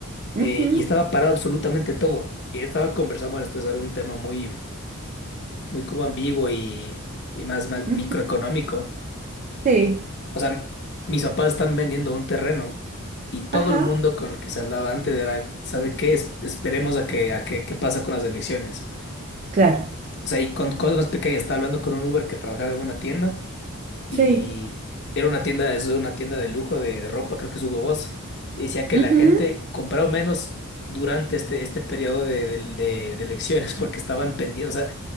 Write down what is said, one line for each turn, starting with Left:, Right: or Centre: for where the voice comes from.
Right: Ujú,
Left: eh, y estaba parado absolutamente todo. Y estaba conversando, bueno, esto es algo- un tema muy muy como ambiguo y, y más, más microeconómico.
Right: ujú. Sí.
Left: O sea, mis papás están vendiendo un terreno y todo
Right: Ajá.
Left: el mundo con el que se hablaba antes era, ¿sabe qué? Es- esperemos a que, a que, qué pasa con las elecciones.
Right: Claro.
Left: O sea, y con cosas más pequeñas. Estaba hablando con un Uber que trabajaba en una tienda y
Right: Sí.
Left: era una tienda, es una tienda de lujo de, de ropa, creo que es Hugo Boss. Y decía que
Right: Ujú.
Left: la gente compraba menos durante este, este periodo de, de, de- de elecciones <laughs> porque estaban pendientes. O sea,